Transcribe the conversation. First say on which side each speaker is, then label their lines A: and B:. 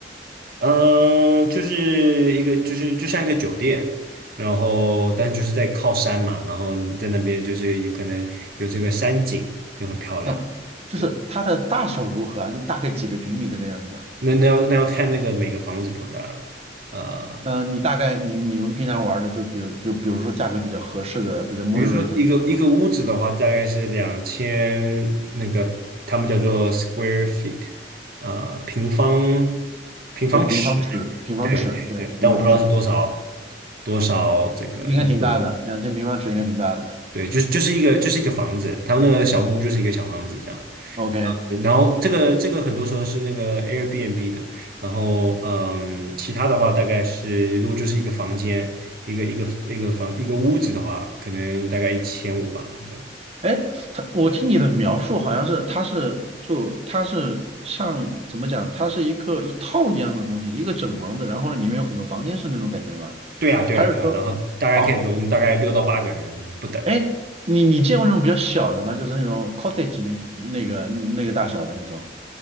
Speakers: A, on the right (about 55°); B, on the right (about 35°).
A: 嗯，呃就是一个就是就像一个酒店，然后但是就是在靠山嘛，然后你在那边就是也可能有这个山景就很漂亮，
B: 嗯，就是它的大小如何啊？
A: 对，
B: 就大概几个平米这个样子
A: 那那要那要看那个每个房子多大了。呃
B: 嗯，呃你大概你你们平常玩的就比如就比如说价格比较合适的，比较 moderate
A: 比如说一个一个屋子的话，
B: 的那种，
A: 大概是两千那个，他们叫做 square feet，呃，平方平方尺，
B: 对，平方尺，平方尺，
A: 对对对，
B: 对，平方尺
A: 但我不知道是多少多少这个你说的，
B: 应该挺大的，两千平方尺应该挺大的。
A: 对，就是就是一个就是一个房子，他们那个小木屋就是一个小房子这样，
B: OK，
A: 啊、然后这个这个很多时候是那个 Airbnb 的，然后嗯，其他的话大概是如果就是一个房间，一个一个一个房一个屋子的话，可能大概一千五吧，对。
B: 哎，他，我听你的描述好像是，它是就它是像怎么讲，它是一个一套一样的东西，一个整房子，然后呢里面有很多房间是那种感觉吗？
A: 对呀，对呀，
B: 还是说，
A: 对呀，然后大概可以容大概六到八个人不等，
B: 哦，哎，你你见过那种比较小的吗？就是那种 cottage 名那个那个大小的那种，